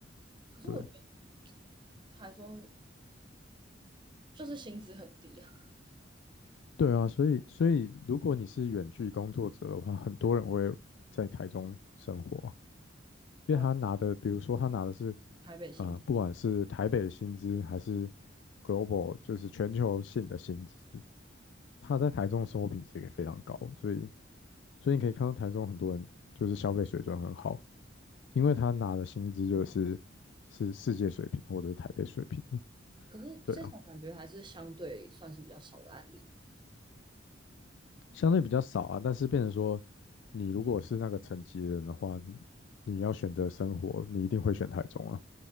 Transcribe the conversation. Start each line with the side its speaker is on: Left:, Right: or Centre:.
Right: 可是我觉得
Left: 对，
Right: 台中就是薪资很低啊，
Left: 对啊，所以，所以如果你是远距工作者的话，很多人会在台中生活，因为他拿的，
Right: 哦，
Left: 比如说他拿的是
Right: 台北薪资，
Left: 呃，不管是台北薪资还是 global，就是全球性的薪资，他在台中的生活品质也非常高。所以，所以你可以看到台中很多人就是消费水准很好。因为他拿的薪资就是是世界水平或者是台北水平的，
Right: 可是这种感觉还是相对算是比较少的案例吧。
Left: 对啊，相对比较少啊。但是变成说，你如果是那个层级的人的话，你要选择生活，你一定会选台中啊，